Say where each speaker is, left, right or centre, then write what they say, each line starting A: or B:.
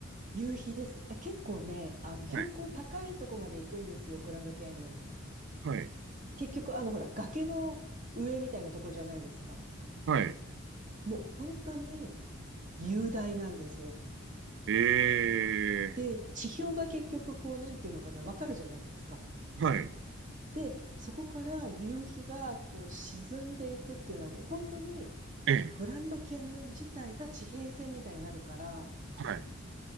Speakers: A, on the right; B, on the right.
A: 夕日です。え、結構ね、あの、標高高いとこまで行くんですよ、
B: はい、
A: グランドキャニオン。
B: はい、
A: 結局、あの、ほら、崖の上みたいなとこじゃないですか。
B: はい。
A: もう本当に雄大なんですよ。
B: ええ
A: で、地表が結局、こう、なんていうのかな、わかるじゃないですか。
B: はい、
A: で、そこから夕日が、こう、沈んでいくっていうのは、もう本当に、
B: ええ
A: グランドキャニオン自体が地平線みたいになるから、
B: はい。